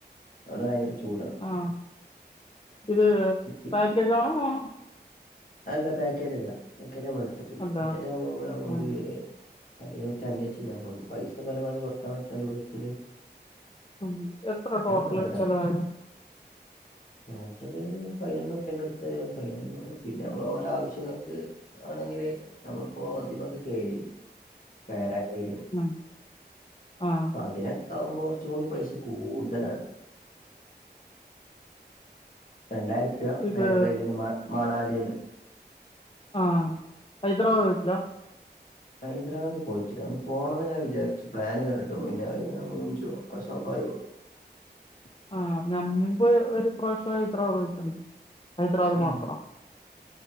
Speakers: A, on the left; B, on the left.
A: അവിടെ ഭയങ്കര ചൂടാണ്
B: ആഹ് ഇത്
A: പി-
B: പാക്കേജാണോ അ
A: അല്ല പാക്കേജല്ല പാക്കേജമ്മളെടുത്തിട്ടില്ല
B: അല്ല
A: പാക്കേജ് ആവുമ്പോ അം അമ്മക്ക്
B: ആഹ്
A: അതിനെ പറ്റി അന്വേഷിച്ചില്ല അമ്മക്ക് പൈസ പരമാധി കൊറക്കാൻ പറ്റുന്ന രൂപത്തിൽ
B: ഉം എത്ര ടോട്ടല്
A: പോയതാണ്
B: ചെലവായത്
A: ടോട്ടല് ഒര് പൈനൊന്ന് റുപ്യേന്റടുത്ത് പൈനൊന്ന് പിന്നെ നമ്മളോരോ ആവശ്യങ്ങക്ക് ആണെങ്കില് അമ്മളിപ്പോ ഇതീമേക്ക് കേറീനി പാരാഗ്ലൈഡിങ്
B: ആഹ് ആഹ്..
A: അതിനൊക്കാവുമ്പോ കൊറച്ചും കൂടി പൈസ കൂടുതലാണ് രണ്ടായിരുപ്യ
B: ഇത്
A: പേരഗ്ലൈഡിന് മ മാണാലിന്ന്
B: ആഹ് ഹൈദരാബാദ് പോയിട്ടില്ല
A: ഹൈദരാബാദ് പോയിട്ടില്ല ഒന്ന് പോണന്ന്ങ്ങനെ വിചാരിച്ചു പ്ലാന്ങ്ങനട്ടോ പിന്നെ ഇങ്ങനെ <unintelligible> സ്വാഭാവികോ
B: <inaudible> ആഹ് ഞമ്മൻ്പ് ഒരു പ്രാവശ്യം ഹൈദ്രാബാദൊയ്ട്ടുണ്ട് ഹൈദ്രാബാദ്
A: ഉം
B: മാത്രം